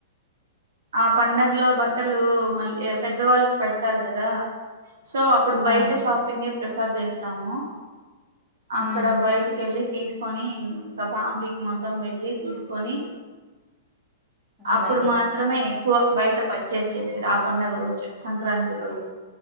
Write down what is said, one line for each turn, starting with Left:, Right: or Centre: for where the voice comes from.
Right: ఆ పండగలో బట్టలు మళ్ళీ పెద్దవాళ్ళకి పెడతారు కదా సో అప్పుడు బయట
Centre: ఆ
Right: షాపింగే ప్రిఫర్ చేస్తాము అక్కడ
Centre: ఉమ్
Right: బయట వెళ్ళి తీసుకొని ఇంకా ఫ్యామిలీకి మొత్తం వెళ్ళి తీసుకొని
Centre: అలాగే
Right: అప్పుడు మాత్రమే వ బయట పర్చేస్ చేసేది ఆ పండుగ రోజు సంక్రాంతి రోజు.